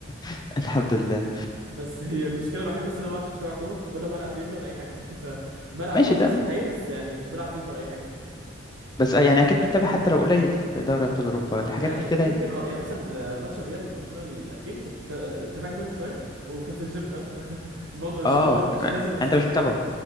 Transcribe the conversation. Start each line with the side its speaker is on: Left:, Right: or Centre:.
Left: <laughs> الحمد لله
Right: بس هي المشكلة الوحيدة بس ان انا ما عدتش بتابع كورة ولا بلعب فيفا ولا اي حاجة <laughs> فبلعب
Left: ماشي
Right: كورة بس
Left: ده
Right: في الحقيقة بس يعني مش بلعب فيفا ولا اي حاجة من دي
Left: بس يعني أكيد بتتابع حتى لو قليل دوري أبطال أوروبا الحاجات
Right: يعني
Left: دي كده
Right: ممكن
Left: يعني.
Right: اه يعني مثلا آه، ماتش الريال وبرشلونة الأخير كنت آه، تابعت منه شوية وكان في الجيم فاهم فبرضه <laughs> مش
Left: اه
Right: اللي هو مش نازل مخصوص
Left: انت مش
Right: عشانه
Left: متابعه